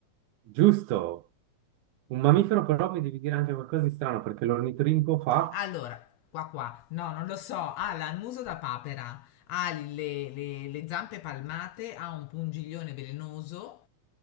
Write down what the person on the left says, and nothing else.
Allora, qua qua, no, non lo so. Ha la- il muso da papera, ha le, le- le zampe palmate, ha un pungiglione velenoso,